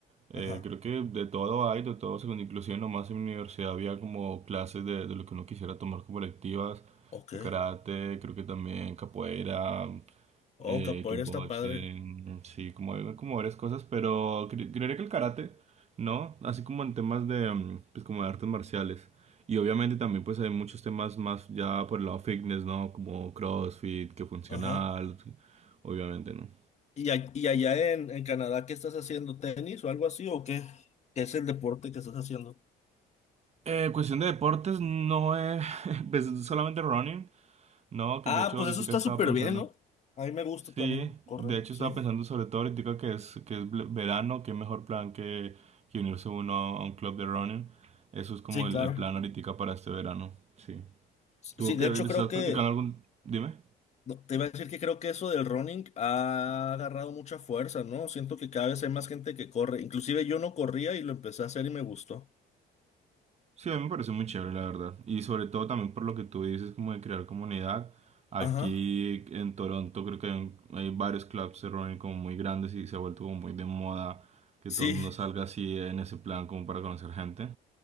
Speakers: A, on the right (about 40°); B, on the left (about 40°).
A: Eh,
B: Ajá,
A: creo que de todo hay, de todo, según inclusive nomás en mi universidad había como clases de, de lo que uno quisiera tomar como electivas,
B: ok.
A: de karate, creo que también capoeira, eh,
B: Oh, capoeira
A: kickboxing,
B: está padre.
A: sí, como, hay- como varias cosas, pero cre- creería que el karate, ¿no? Así como en temas de, mm, pues como de artes marciales. Y obviamente también pues hay muchos temas más ya por el lado fitness, ¿no? Como CrossFit, que funcional,
B: Ajá.
A: obviamente, ¿no?
B: Y, a- y allá en, en Canadá, ¿qué estás haciendo? ¿Tenis o algo así? ¿O qué? ¿Qué es el deporte que estás haciendo?
A: Eh, cuestión de deportes, no es <laughs> pues, solamente running, ¿no? Que
B: Ah,
A: de hecho
B: pues
A: ahorita
B: eso está
A: estaba
B: súper
A: pensando.
B: bien, ¿no? A mí me gusta
A: Sí,
B: también correr,
A: de hecho
B: sí.
A: estaba pensando sobre todo ahorita que es, que es ble- verano, qué mejor plan que, que unirse uno a un club de running. Eso es como
B: Sí,
A: el,
B: claro.
A: el plan ahorita para este verano, sí.
B: Sí,
A: ¿Tú qué
B: de hecho
A: estás
B: creo que,
A: practicando algún... Dime.
B: no, te iba a decir que creo que eso del running ha agarrado mucha fuerza, ¿no? Siento que cada vez hay más gente que corre. Inclusive yo no corría y lo empecé a hacer y me gustó.
A: Sí, a mí me parece muy chévere, la verdad. Y sobre todo también por lo que tú dices, como de crear comunidad. Aquí
B: Ajá,
A: en Toronto creo que hay, un- hay varios clubs se reúnen como muy grandes y se ha vuelto como muy de moda que
B: sí,
A: todo el mundo salga así en ese plan como para conocer gente.